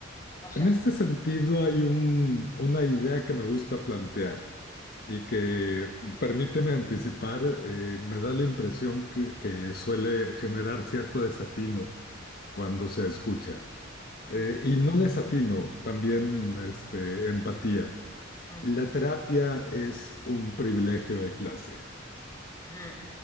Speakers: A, on the left; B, on the left.
A: No
B: En
A: sé.
B: este sentido, hay un, una idea que me gusta plantear y que, permíteme anticipar, eh, me da la impresión que, que suele generar cierto desatino cuando se escucha.
A: Mm,
B: Eh, y no desatino, también este, empatía.
A: mm,
B: La terapia es un privilegio de clase.
A: mm,